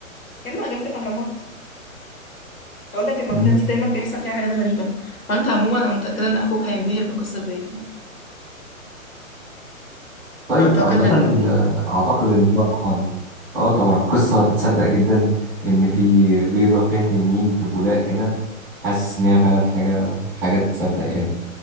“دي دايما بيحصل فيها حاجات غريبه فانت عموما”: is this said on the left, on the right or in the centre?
Left